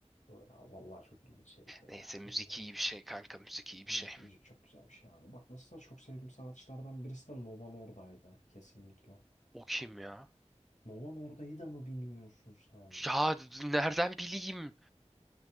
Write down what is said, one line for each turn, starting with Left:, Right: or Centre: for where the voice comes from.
Left: Ya vallahi çok ilginç şeyler
Centre: Neyse
Left: ya
Centre: müzik
Left: bilmiyorum
Centre: iyi bir
Left: da.
Centre: şey kanka müzik iyi bir
Left: Müzik
Centre: şey.
Left: müzik çok güzel bir şey abi. Bak mesela çok sevdiğim sanatçılardan birisi de Nova Norda'ydı kesinlikle.
Centre: O kim ya?
Left: Nova Norda'yı da mı bilmiyorsun sen?
Centre: Ya nereden bileyim?